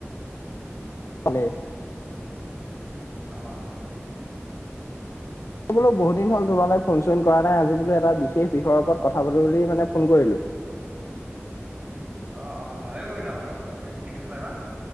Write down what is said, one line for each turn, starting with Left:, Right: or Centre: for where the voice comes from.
Left: ভালেই।
Right: অ, অ,
Left: এই বোলো বহু
Right: আচ্ছা।
Left: দিন হ'ল তোমাল ফোন চোন কৰা নাই, আজি বোলো এটা বিশেষ বিষযৰ ওপৰত কথা পাতো বুলি মানে ফোন কৰিলো?
Right: অ, অঁ, ভালে কৰিলা বাৰু তাকে কি বিষয় বা?